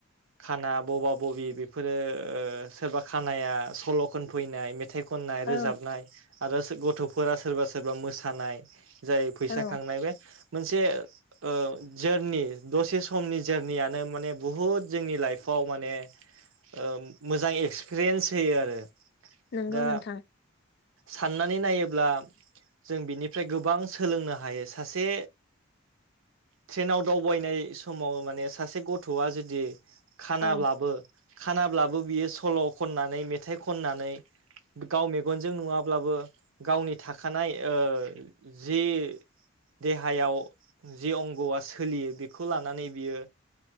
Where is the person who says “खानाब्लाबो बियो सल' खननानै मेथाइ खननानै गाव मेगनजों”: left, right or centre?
Right